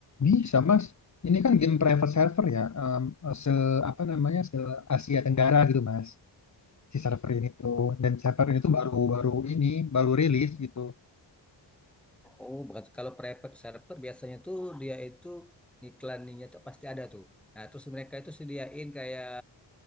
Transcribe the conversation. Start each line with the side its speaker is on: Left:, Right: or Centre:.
Left: Bisa, Mas. Ini kan game private server ya, em, eh, se apa namanya se Asia Tenggara gitu, Mas. Si server ini tuh dan server ini tuh baru baru ini baru rilis gitu.
Centre: Oh, berarti kalau private server biasanya tuh dia itu iklaninnya tuh pasti ada tuh. Nah, terus mereka itu sediain kayak